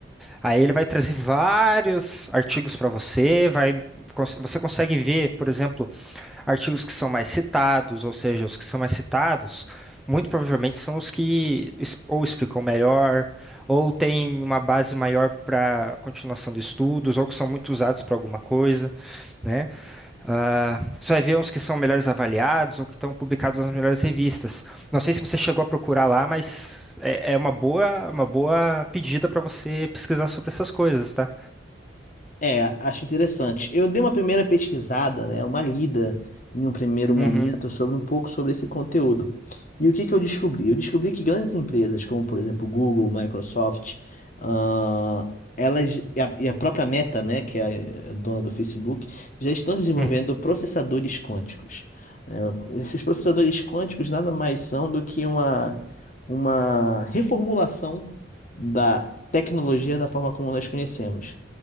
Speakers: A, in the centre; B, on the left (about 40°).
A: Aí ele vai trazer vários artigos para você, vai cons- você consegue ver, por exemplo, artigos que são mais citados, ou seja, os que são mais citados, muito provavelmente são os que es- ou explicam melhor, ou têm uma base maior para continuação de estudos, ou que são muito usados para alguma coisa, né? Ah, você vai ver uns que são melhores avaliados ou que estão publicados nas melhores revistas. Não sei se você chegou a procurar lá, mas é, é uma boa, uma boa pedida para você pesquisar sobre essas coisas, tá?
B: É, acho interessante. Eu dei uma primeira pesquisada, né, uma lida em um primeiro momento
A: Uhum,
B: sobre um pouco sobre esse conteúdo. E o que que eu descobri? Eu descobri que grandes empresas, como por exemplo Google, Microsoft, ah, elas e a, e a própria Meta, né, que é a dona do Facebook, já estão desenvolvendo
A: uhum,
B: processadores quânticos. né? esses processadores quânticos nada mais são do que uma, uma reformulação da tecnologia da forma como nós conhecemos